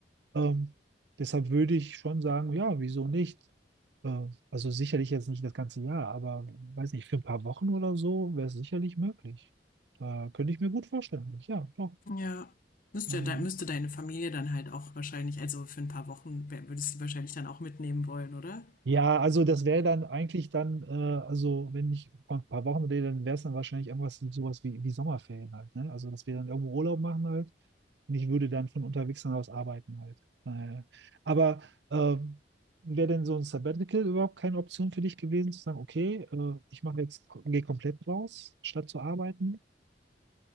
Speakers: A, on the right; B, on the left.
A: Ähm, deshalb würde ich schon sagen, ja, wieso nicht? Äh, also sicherlich jetzt nicht das ganze Jahr, aber weiß nicht, für ein paar Wochen oder so wäre es sicherlich möglich. Da könnte ich mir gut vorstellen. Ja, doch.
B: ja. Müsste,
A: Äh,
B: müsste deine Familie dann halt auch wahrscheinlich, also für ein paar Wochen würdest du sie wahrscheinlich dann auch mitnehmen wollen, oder?
A: Ja, also das wäre dann eigentlich dann, äh, also wenn ich von ein paar Wochen rede, dann wäre es dann wahrscheinlich irgendwas sowas wie, wie Sommerferien halt, ne? Also dass wir dann irgendwo Urlaub machen halt und ich würde dann von unterwegs dann aus arbeiten halt. Naja. Aber äh, wäre denn so ein Sabbatical überhaupt keine Option für dich gewesen, zu sagen, okay, äh, ich mache jetzt, gehe komplett raus, statt zu arbeiten?